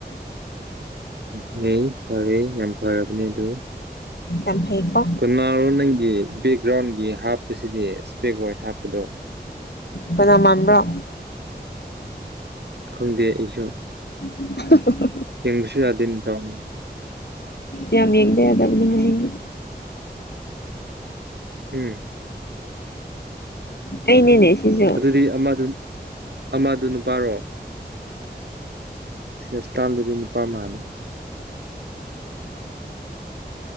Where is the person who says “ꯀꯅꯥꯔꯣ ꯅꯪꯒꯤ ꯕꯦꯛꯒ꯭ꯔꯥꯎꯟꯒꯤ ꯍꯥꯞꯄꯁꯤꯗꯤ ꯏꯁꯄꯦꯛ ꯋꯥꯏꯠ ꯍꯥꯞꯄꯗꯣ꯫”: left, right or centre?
Right